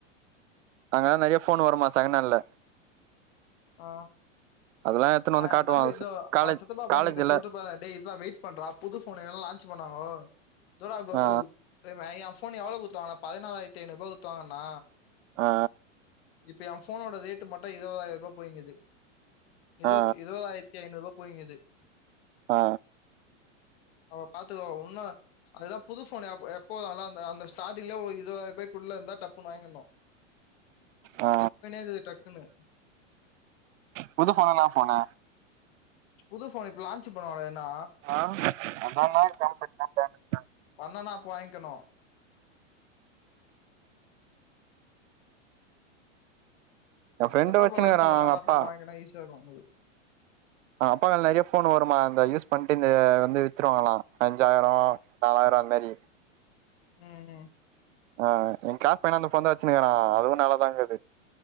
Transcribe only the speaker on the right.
அங்கல்லா நெறைய ஃபோன் வருமா செகன்ஹான்ல
அதெல்லா எத்துன்னு
வந்து காட்டுவா
காலேஜ்
காலேஜ்ல
ஆ
ஆ
ஆ
ஆ
ஆ
புது ஃபோனுன் தா சொன்னே
ஆ <unintelligible>
எ ஃப்ரெண்டு
வச்சுன்னுக்குறா
அவங்க அப்பா
ஆ அப்பா கடல நெறையா ஃபோன் வருமா அந்த யூஸ் பண்ட்டு இந்த வந்து வித்துருவாங்களா அஞ்சாயிர நாலாயிர அந்மாரி
ஆ எ க்ளாஸ் பையனு அந்த ஃபோன் தா வச்சுனுருக்ரா அதுவு நல்லாதாங்குது